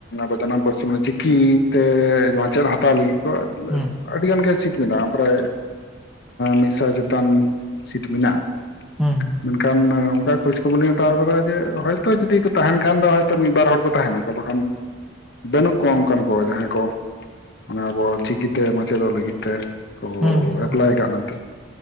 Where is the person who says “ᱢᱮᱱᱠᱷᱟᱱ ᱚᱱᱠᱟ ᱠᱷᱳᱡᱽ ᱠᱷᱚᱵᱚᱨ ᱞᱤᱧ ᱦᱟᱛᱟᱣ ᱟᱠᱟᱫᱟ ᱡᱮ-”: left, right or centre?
Left